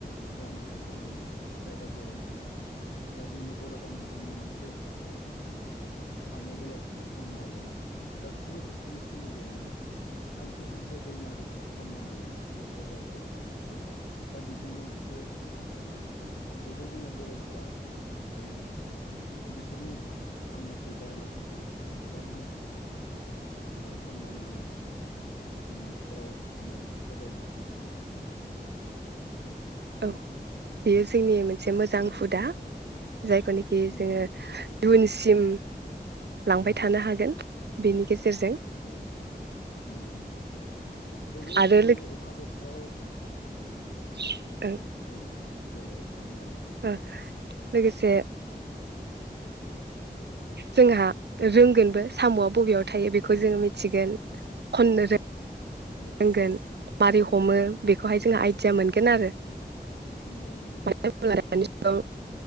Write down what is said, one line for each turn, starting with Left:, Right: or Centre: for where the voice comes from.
Left: जानायखौ खौ आं जायगा जायगा नुदों दा जोंनि बर' गामि गामिनि दैसा गाव फैनानै साम गोलावखौ खननानै गासिबो बिसोरनि फेमिलियानो सानसे सानसे दैमा दैसा खननानै बिसोरो बजार गलाफ्राव फानो दा बेजोंनो बिसोरो संसार जागासिनो दङ थेवबो जोङो बर' फरा ओ बिसोरनि फाननाय खौ जायालासिनो जोङो गावनो ओ खननानै जोङो नखराव साम सबायाइजों सामजोंजों जायो आरो बेबायदि
Right: औ बेयो जोंनि मोन से मोजां
Left: औ
Right: हुदा जों जायखौनोखि
Left: मोजां
Right: जोङो
Left: हुदा औ
Right: दुनसिम लांबाय थानो हागोन
Left: औ
Right: बेनि गेजेरजों
Left: औ नंगौ नंगौ थेवबो
Right: आरो
Left: नैबे अखा बोथोराव
Right: दाव गाबनाय
Left: औ देलाय बुंलाय।
Right: ओ लोगोसे जोंहा रोंगोनबो सामआ बबेयाव थायो बेखौ जोङो मिथिगोन खननो रोंग
Left: औ
Right: नांगोन मारै
Left: औ
Right: हमो
Left: औ
Right: बेखौहाय जों आइडिया
Left: औ
Right: मोनगोन आरो
Left: नंगौ नंगौ
Right: मानो होनोब्ला दानि जुगाव
Left: नंगौ